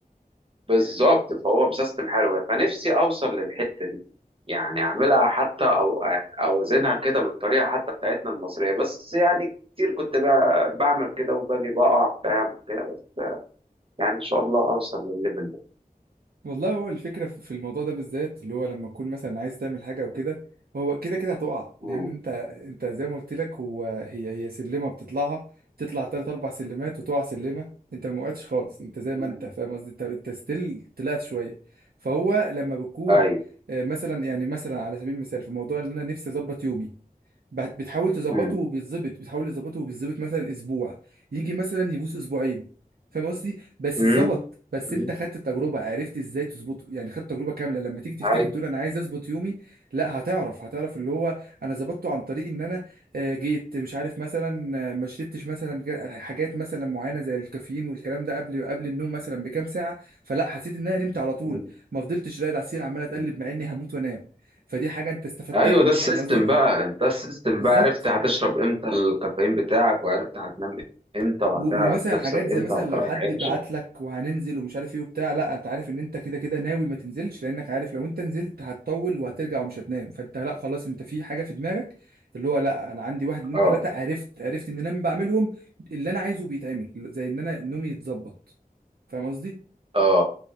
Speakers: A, on the right; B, on the right.
A: بالظبط فهو مسيستم حاله فنفسي أوصل للحتة دي يعني اعملها حتى او اوزنها كده بالطريقه حتى بتاعتنا المصريه بس يعني كتير كنت بقى بعمل كده وباجي بقع فاهم كده بس يعني ان شاء الله اوصل للليفل ده
B: والله هو الفكرة في في الموضوع ده بالذات اللي هو لما تكون مثلا عايز تعمل حاجة أو كده هو كده كده هتقع لأن
A: مم.
B: أنت أنت زي ما قلت لك هو هي هي سلمة بتطلعها بتطلع تلات أربع سلمات وتقع سلمة أنت ما وقعتش خالص أنت زي ما أنت
A: مم.
B: فاهم قصدي أنت أنت ستيل طلعت شوية فهو لما بكون
A: ايوه
B: آه، مثلا يعني مثلا على سبيل المثال في موضوع إن أنا نفسي أظبط يومي بت- بتحاول تظبطه
A: مم.
B: وبيتظبط بتحاول تظبطه وبيتظبط مثلا اسبوع يجي مثلا يبوظ اسبوعين فاهم قصدي بس
A: امم
B: اتظبط بس
A: أمم.
B: انت خدت التجربه عرفت ازاي تظبطه يعني خدت تجربه كامله لما تيجي تفتكر
A: ايوه
B: تقول انا عايز اظبط يومي لا هتعرف هتعرف اللي هو انا ظبطته عن طريق ان انا آه، جيت مش عارف مثلا آه، ما شربتش مثلا ج- حاجات مثلا معينه زي الكافيين والكلام ده قبل قبل النوم مثلا بكام ساعه فلا حسيت ان انا نمت على طول
A: مم.
B: ما فضلتش راقد على السرير عمال اتقلب
A: مم.
B: مع اني هموت وانام فدي حاجه انت استفدتها
A: ايوه ده السيستم
B: فاهم قصدي
A: بقى انت السيستم
B: بالظبط
A: بقى عرفت هتشرب امتى الكافيين بتاعك وعرفت هتنام امتى وهتعرف
B: و- ومثلا
A: تفصل
B: حاجات زي
A: امتى
B: مثلا
A: وهتريح
B: لو حد
A: امتى
B: بعت لك وهننزل ومش عارف ايه وبتاع لا انت عارف ان انت كده كده ناوي ما تنزلش لانك عارف لو انت نزلت هتطول وهترجع ومش هتنام فانت لا خلاص انت في حاجه في دماغك اللي هو لا انا عندي واحد اتنين
A: اه
B: تلاته عرفت عرفت ان انا لما بعملهم اللي انا عايزه بيتعمل زي ان انا نومي يتظبط فاهم قصدي؟
A: اه